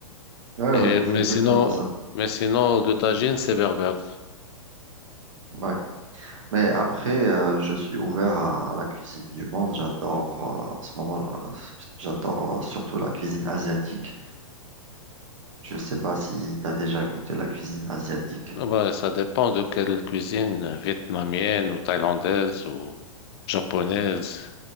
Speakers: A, on the right (about 65°); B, on the left (about 50°).
A: ouais,
B: Et,
A: ouais, c'est
B: mais
A: exactement
B: sinon,
A: ça.
B: mais sinon, de tagine, c'est berbère.
A: Ouais. Mais après, euh, je suis ouvert à, à la cuisine du monde. J'adore, euh, en ce moment, euh, j'adore euh, surtout la cuisine asiatique. Je ne sais pas si tu as déjà goûté la cuisine asiatique.
B: Ah bah, ça dépend de quelle cuisine, vietnamienne ou thaïlandaise ou japonaise,